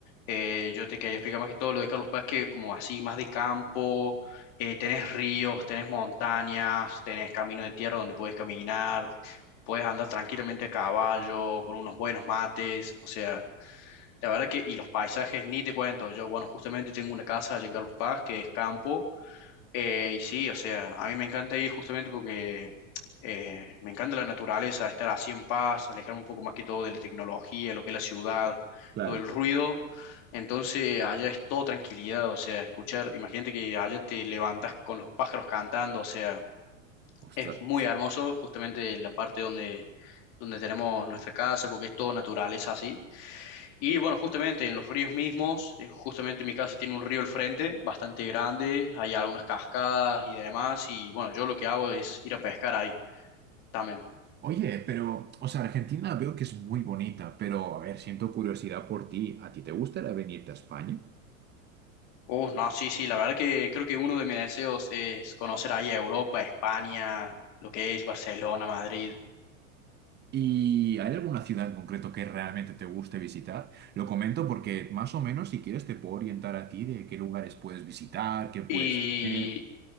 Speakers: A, on the left (about 55°); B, on the right (about 25°).
A: eh, yo te quería explicar más que todo lo de Carlos Paz, que como así, más de campo, eh, tenés ríos, tenés montañas, tenés camino de tierra donde puedes caminar, puedes andar tranquilamente a caballo, con unos buenos mates, o sea, la verdad que, y los paisajes, ni te cuento, yo, bueno, justamente tengo una casa allá en Carlos Paz que es campo. Eh, y sí, o sea, a mí me encanta ir justamente porque eh, me encanta la naturaleza, estar así en paz, alejarme un poco más que todo de la tecnología, lo que es la ciudad,
B: Claro,
A: todo el ruido. Entonces, allá es todo tranquilidad, o sea, escuchar, imagínate que allá te levantas con los pájaros cantando, o sea,
B: ostras.
A: es muy hermoso justamente la parte donde, donde tenemos nuestra casa, porque es todo naturaleza así. Y bueno, justamente en los ríos mismos, eh, justamente mi casa tiene un río al frente, bastante grande, hay algunas cascadas y demás, y bueno, yo lo que hago es ir a pescar ahí también.
B: Oye, pero, o sea, Argentina veo que es muy bonita, pero a ver, siento curiosidad por ti. ¿A ti te gustaría venirte a España?
A: Uh, no, sí, sí, la verdad que creo que uno de mis deseos es conocer ahí Europa, España, lo que es Barcelona, Madrid.
B: ¿Y hay alguna ciudad en concreto que realmente te guste visitar? Lo comento porque más o menos si quieres te puedo orientar a ti de qué lugares puedes visitar, qué puedes
A: Y
B: hacer.